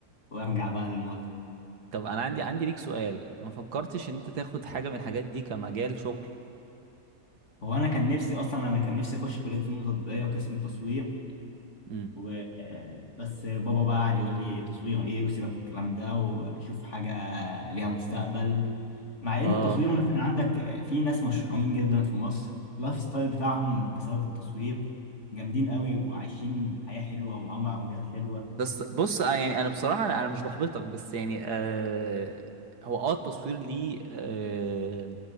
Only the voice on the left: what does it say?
وارجع بقى للماضي
هو انا كان نفسي اصلا انا كان نفسي اخش كليه فنون تطبيقيه قسم تصوير
و آه، بس بابا بقى قعد يقول لي تصوير ايه وسيبك من الكلام ده وشوف حاجه ليها مستقبل مع ان
التصوير مثلا عندك آه، في ناس مشهورين جدا في مصر اللايف ستايل بتاعهم بسبب التصوير جامدين قوي وعايشين حياه حلوه ومعاهم عربيات حلوه